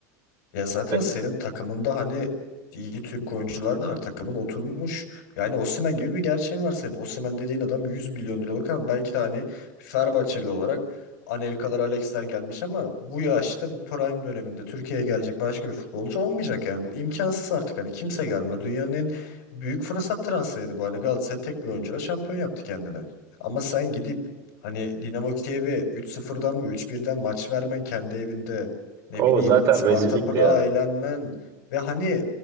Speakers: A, on the left (about 85°); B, on the right (about 35°).
A: Ya zaten
B: Ve
A: senin takımında hani iyi Türk oyuncular da var. Takımın oturmuş. Yani Osimhen gibi bir gerçeğin var senin. Osimhen dediğin adam 100 milyon liralık ama belki de hani Fenerbahçeli olarak Anelkalar, Alexler gelmiş ama bu yaşta bu prime döneminde Türkiye'ye gelecek başka bir futbolcu olmayacak yani. Bu imkansız artık hani kimse gelme. Dünyanın en büyük fırsat transferiydi bu. Hani Galatasaray tek bir oyuncuyla şampiyon yaptı kendini. Ama sen gidip hani Dinamo Kiev'e 3-0'dan mı 3-1'den maç vermen kendi evinde ne
B: o
A: bileyim
B: zaten
A: Sparta
B: rezillikti
A: Prag'a
B: ya.
A: eğlenmen ve hani